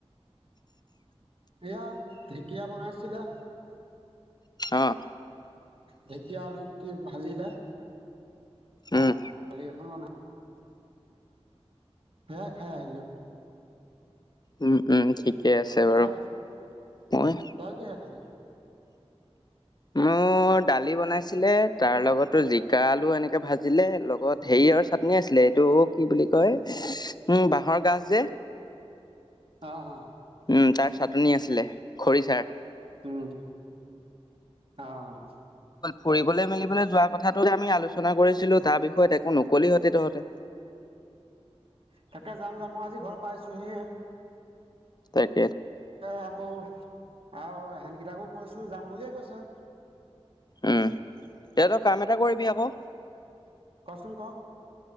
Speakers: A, on the right; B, on the left.
A: এয়া ঢেঁকীয়া বনাইছিলে।
B: অ'
A: ঢেকীয়া আলু গুটি ভাজিলে,
B: উম
A: আৰু দালি এখন বনাইছিলে। সেয়াই খাই আহিলো।
B: উম উম, ঠিকেই আছে বাৰু।
A: তই
B: মই
A: তই কিহে খালি
B: মোৰ দালি বনাইছিলে, তাৰ লগতো জিকা-আলু এনেকে ভাজিলে। লগত হেৰি য়ৰ চাটনি আছিলে, এইটো কি বুলি কয় উম, বাঁহৰ গাজ যে
A: অ' অ'।
B: উম তাৰ চাটনি আছিলে, খৰিচাৰ
A: উম। অ'।
B: ফুৰিবলৈ-মেলিবলৈ যোৱা কথাটো আমি যে আলোচনা কৰিছিলো, তাৰ বিষয়ত একো নকলিহঁতে তহঁতে!
A: তাকে যাম যাম। মই আজি ঘৰ পাইছোঁহিহে।
B: <unintelligible>
A: আকৌ, আৰু এহেতকেইটাকো কৈছোঁ যাম বুলিয়ে কৈছে।
B: উম এ তই কাম এটা কৰিবি আকৌ!
A: কচোন ক